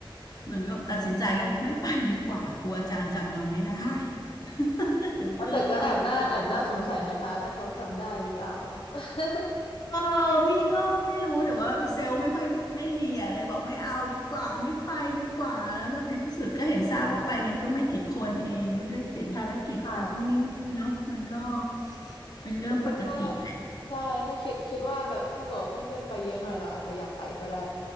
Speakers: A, on the left; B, on the left.
A: เหมือนก็ตัดสินใจก็เลยไม่ไปดีกว่ากลัวอาจารย์จำเราไม่ได้ <laughs> เดี๋ยวเกอร์
B: เอาแต่ก็แอบหน่าแอบหน้าสงสัยนะคะถ้าเขาจำได้หรือเปล่า <laughs>
A: เออพี่ก็ไม่รู้แต่ว่าเซลล์ไม่ค่อยไม่มีอะไรบอกไม่เอาดีกว่าไม่ไปดีกว่าแล้วก็ในที่สุดก็เห็นทราบว่าไปกันก็ไม่กี่คนเองก็ด้วยติดภารกิจกันนู่นนี่เนาะมันก็
B: อืมค่ะ
A: เป็นเรื่องปกติแหละ
B: คิดว่าใช่ถ้าคิดคิดว่าแบบถ้าเกิดว่าเพื่อนๆไปเยอะหน่อยเราอาจจะอยากไปก็ได้